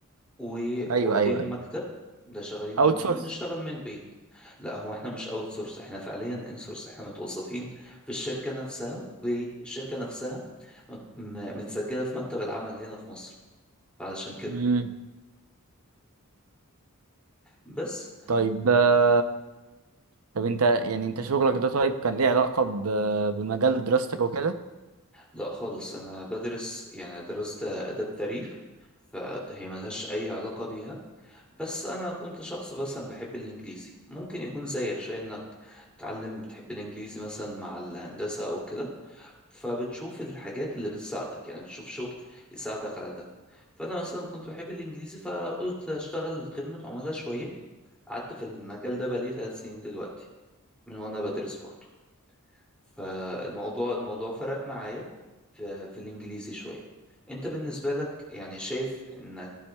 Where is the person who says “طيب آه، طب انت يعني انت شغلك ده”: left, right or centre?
Right